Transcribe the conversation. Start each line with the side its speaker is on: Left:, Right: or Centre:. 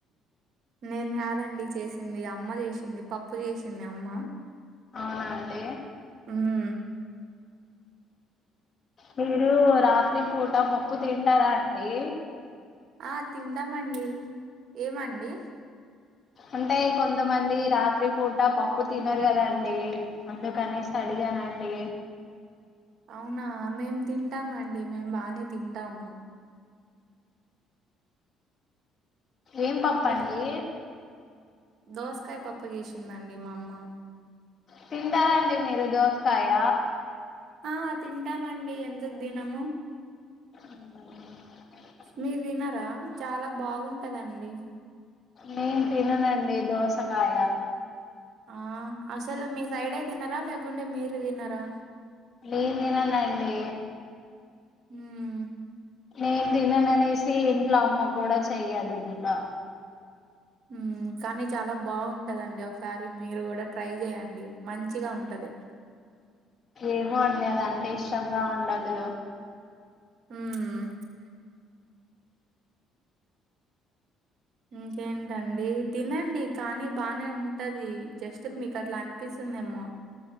Right: నేను కాదండి చేసింది అమ్మ చేసింది పప్పు జేసింది అమ్మ
Left: అవునా అండి
Right: మ్మ్
Left: మీరు రాత్రి పూట పప్పు తింటారా అండి
Right: ఆ తింటామండి ఏమండి
Left: అంటే కొంతమంది రాత్రి పూట పప్పు తినరు కదండి అందుకనేసి అడిగానండి
Right: అవునా మేము తింటామ్ అండి మేము బానే తింటాము
Left: ఆ ఏం పప్పండి
Right: మీ దోసకాయ పప్పు జేసిందండి మా అమ్మ
Left: తింటారా అండి మీరు దోసకాయ
Right: ఆ తింటా మండి ఎందుకు దినము
Left: ఉమ్
Right: మీరు తినరా చాలా బాగుంటదండి
Left: నేన్ తిననండి దోసకాయ
Right: ఆ అసలు మీ సైడే తినరా లేకుంటే మీరు తినరా
Left: నేన్ తిననండి
Right: ఉమ్
Left: నేన్ దినను అనేసి ఇంట్లో అమ్మ కూడా చెయ్యదు ఇంకా
Right: ఉమ్ కానీ చాలా బాగుంటదండి. ఒకసారి మీరు కూడా ట్రై చేయండి మంచిగా ఉంటది
Left: ఏమో అండి అదంటే ఇష్టంగా ఉండదు
Right: హ్ ఇంకేంటండి తినండి కానీ బానే ఉంటది. జస్ట్ మీకు అట్లా అనిపిస్తుందేమో